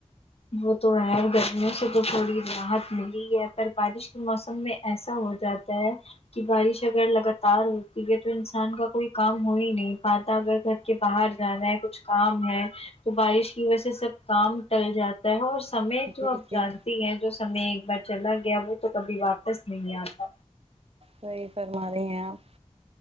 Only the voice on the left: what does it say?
وہ تو ہے گرمیوں سے تو تھوڑی راحت ملی ہے پر بارش کے موسم میں ایسا ہو جاتا تا ہے کی بارش اگر لگاتار ہوتی ہے تو انسان کا کوئی کام ہو ہی نہیں پاتا اگر گھر کے باہر جانا ہے کچھ کام ہے تو بارش کی وجہ سے سب کام ٹل جاتا تا سمئے
تو آپ
جان ہیں جو سمے ایک بار چلا گیا وہ تو کبھی واپس نہیں آتا